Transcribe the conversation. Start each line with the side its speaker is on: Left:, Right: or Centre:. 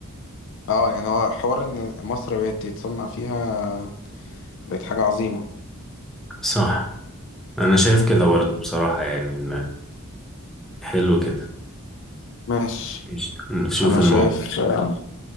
Left: اه يعني هو حوار إن مصر بقت يتصنع فيها بقت حاجة عظيمة
Centre: صح انا شايف
Left: مم.
Centre: كده برضو بصراحة يعني إن حلو كده
Left: ماشي
Centre: قشطة. نشوف
Left: أنا
Centre: الموضوع
Left: شايف آه،